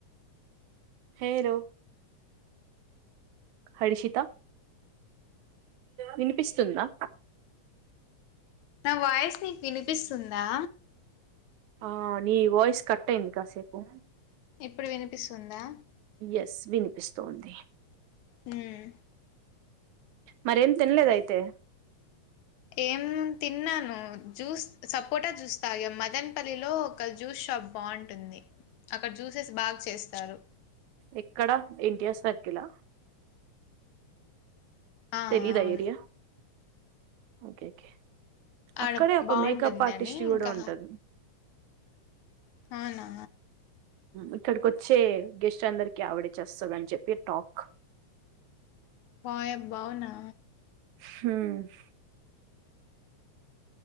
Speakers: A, on the right; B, on the left.
A: హే లో హరిషిత వినిపిస్తుందా
B: నా వాయిస్ నీక్ వినిపిస్తుందా
A: ఆ నీ వాయిస్ కట్ అయింది కాసేపు
B: ఇప్పుడు వినిపిస్తుందా
A: ఎస్ వినిపిస్తోంది
B: హ్మ్
A: మరేం తినలేద అయితే
B: ఏం తిన్నాను జ్యూస్ సపోటా జ్యూస్ తాగా మదన్ పల్లి లో ఒక జ్యూస్ షాప్ బాగుంటుంది అక్కడ జ్యూసెస్ బాగా చేస్తారు
A: ఎక్కడ ఏం చేస్తార్ ఎలా
B: ఆ
A: తెలీదా
B: అవున్
A: ఏరియా ఓకే ఓకే
B: ఆడ
A: అక్కడే ఒక
B: బాగుంటుంది
A: మేకప్ ఆర్టిస్ట్
B: అని
A: కూడా
B: ఇంకా
A: ఉంటది
B: అవునా
A: ఇక్కడికిొచ్చే గెస్ట్ అందరికి ఆవిడచేస్తదని అని చెప్పి టాక్
B: పోయబ్ అవునా
A: హ్మ్